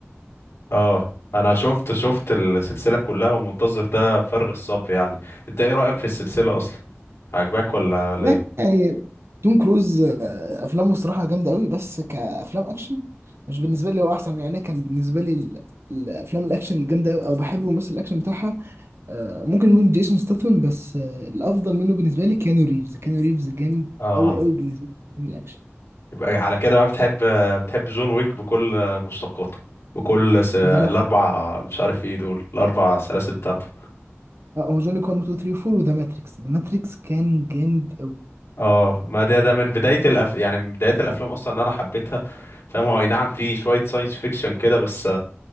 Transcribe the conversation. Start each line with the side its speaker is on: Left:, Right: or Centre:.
Left: اه انا شفت شفت السلسله كلها ومنتظر ده بفارغ الصبر يعني انت ايه رايك في السلسله اصلا عجباك ولا ولا
Right: لا
Left: ايه
Right: يعني توم كروز آه، افلامه الصراحه جامده قوي بس كافلام اكشن مش بالنسبه لي هو احسن يعني أنا كان بالنسبه لي ال- الافلام الاكشن الجامده أوي او بحب ممثل الاكشن بتاعها آه، ممكن يكون جيسون ستاثام بس آه، الافضل منه بالنسبه لي كيانو ريفز كيانو ريفز جامد
Left: اه
Right: قوي قوي بالنسبه لي في الفيلم الاكشن
Left: يبقى على كده بقى بتحب بتحب جون ويك بكل مشتقاته بكل س... الاربع
Right: وذا ماتريكس
Left: مش عارف ايه دول الاربع سلاسل بتاعته
Right: اه هو جوني كون 2 3 4 وذا ماتريكس ذا ماتريكس كان جامد
Left: اه ما ده ده من بداية الأف... يعني من بداية الأفلام أصلا إن أنا حبيتها فاهم هو أي نعم في شوية ساينس فيكشن كده بس